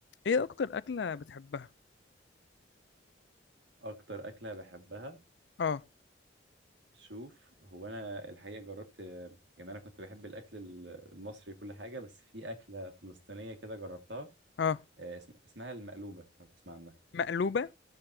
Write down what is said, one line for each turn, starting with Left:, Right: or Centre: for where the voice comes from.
Left: ايه اكتر اكله بتحبها
Right: اكتر اكله بحبها
Left: اه
Right: شوف هو انا الحقيقه جربت يعني انا كنت بحب الاكل ال- المصري كل حاجه بس في اكله فلسطينيه كده جربتها
Left: اه
Right: آه، اسم- اسمها المقلوبه لو تسمع عنها
Left: مقلوبه